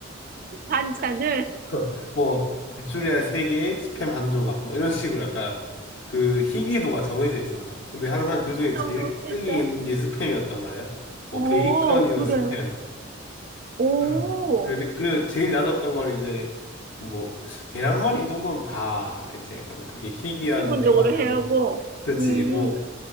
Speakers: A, on the right; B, on the left.
A: 반찬을
B: <laughs> 뭐 메추리알 세개에 스팸 한 조각 뭐 이런 식으로 약간 그 희귀도가 정해져 있었어. 근데 항상 그 중에 제일
A: 너무 괜찮아.
B: 뜨기 있는 게 스팸이었단 말이야. 뭐
A: 어,
B: 베이컨이나
A: 그래?
B: 스팸.
A: 오,
B: 음. 근데 그래 제일 낮았던 건 이제 뭐 계란말이 이 정도는 다 이제 약간 그렇게 희귀한
A: 기본적으로
B: 느낌 아니고
A: 해야 하고,
B: 그렇지
A: 음.
B: 뭐